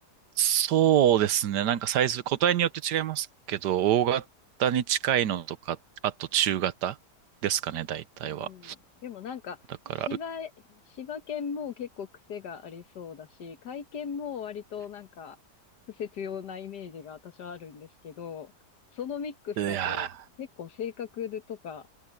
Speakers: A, on the right; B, on the left.
A: そうですね。なんかサイズ、個体によって違いますけど、大型に近いのとか、あと中型ですかね、大体は。
B: うん。でもなんか、
A: だから、
B: 柴、柴犬も結構癖がありそうだし、甲斐犬も割となんか、癖強なイメージが私はあるんですけど、そのミックスだと結構性格とか
A: ういや